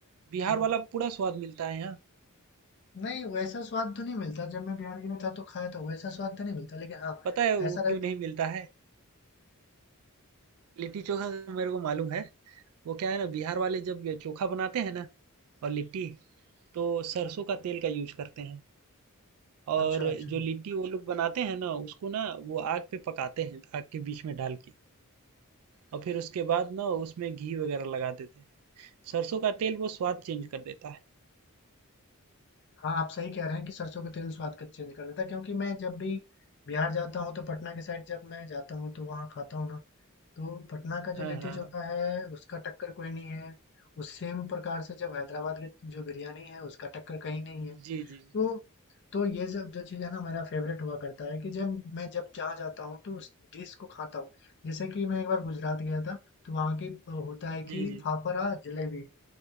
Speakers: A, on the right; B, on the left.
A: बिहार
B: तो
A: वाला पूरा स्वाद मिलता है यहाँ
B: नहीं वैसा स्वाद तो नहीं मिलता जब मैं बिहार गया था तो खाया था वैसा स्वाद तो नहीं मिलता लेकिन हाँ
A: पता है वो
B: ऐसा
A: क्यों
B: रह
A: नहीं मिलता है लिट्टी चोखा मेरे को मालूम है वो क्या है ना बिहार वाले जब ये चोखा बनाते हैं ना और लिट्टी तो सरसों का तेल का यूज करते हैं और
B: अच्छा अच्छा
A: जो लिट्टी वो लोग बनाते हैं ना उसको ना वो आग पे पकाते हैं आग के बीच में डाल के और फिर उसके बाद ना उसमें घी वगैरह लगा देते हैं सरसों का तेल वो स्वाद चेंज कर देता है
B: हाँ आप सही कह रहे हैं कि सरसों का तेल स्वाद का चेंज कर देता है क्योंकि मैं जब भी बिहार जाता हूँ तो पटना के साइड जब मैं जाता हूँ तो वहाँ खाता हूँ ना तो पटना का
A: हाँ
B: जो लिट्टी
A: हाँ
B: चोखा है उसका टक्कर कोई नहीं है उस सेम प्रकार से जब हैदराबाद की जो बिरयानी है उसका टक्कर कहीं नहीं है
A: जी जी
B: तो तो ये सब जो चीज़ है ना मेरा फेवरेट हुआ करता है कि जब मैं जब जहाँ जाता हूँ तो उस डिश को खाता हूँ जैसे कि मैं एक बार गुजरात गया था तो वहाँ की अ, होता है
A: जी
B: कि
A: जी
B: फाफड़ा जलेबी